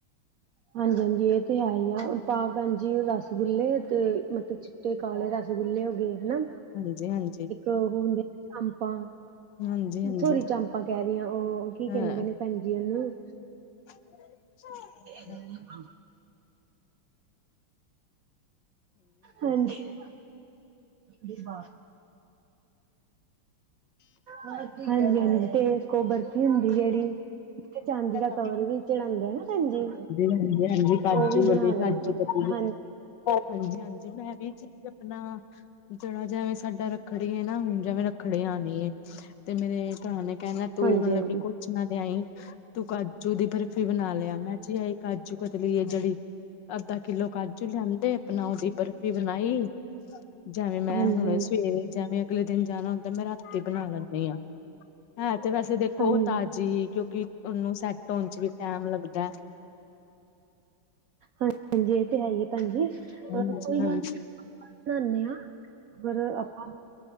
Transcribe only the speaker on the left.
ਹਾਂਜੀ ਹਾਂਜੀ।
ਹਾਂਜੀ ਹਾਂਜੀ
ਹਾਂ
<unintelligible>
ਹਾਂਜੀ
ਹਾਂਜੀ ਹਾਂਜੀ ਕਾਜੂ
ਵਾਲੇ
ਕਾਜੂ
ਕਤਲੀ
ਹਾਂਜੀ ਹਾਂਜੀ, ਮੈਂ ਵੀ ਜੀ ਅਪਣਾ ਜੇੜਾ ਜੈਵੇਂ ਸਾਡਾ ਰਖ ਰੱਖੜੀ ਐ ਨਾ ਹੁਨ ਜੈਵੇਂ ਰੱਖੜੀ ਆਣੀ ਏ। ਤੇ ਮੇਰੇ ਭਰਾ ਨੇ ਕੈਣਾ ਤੂੰ
ਮਤਲਬ
ਕਿ ਕੁਛ ਨਾ ਲਿਆਈਂ। ਤੂੰ ਕਾਜੂ ਦੀ ਬਰਫ਼ੀ ਬਨਾ ਲੇਆ। ਮੈਂ ਜੀ ਆਈ ਕਾਜੂ ਕਤਲੀ ਏ ਜੇੜੀ ਅੱਧਾ ਕਿਲੋ ਕਾਜੂ ਲਿਆਂਦੇ ਅਪਨਾ ਓਦੀ ਬਰਫ਼ੀ ਬਨਾਈ। ਜੈਵੇਂ ਮੈਂ
ਹੁਣੇ ਸਵੇ ਰੇ ਜੈਵੇਂ ਅਗਲੇ ਦਿਨ ਜਾਣਾ ਹੁੰਦਾ ਐ ਮੈਂ ਰਾਤੀ ਬਨਾ ਲੈਂਨੀ ਆਂ। ਹੈ ਤੇ ਵੈਸੇ ਦੇਖੋ
ਤਾਜੀ
ਕਓਂਕਿ ਓਨੂੰ ਸੈਟ ਹੋਨ ਚ ਵੀ ਟੈਮ ਲੱਗਦਾ ਐ।
ਹਾਂਜੀ,
ਹਾਂਜੀ।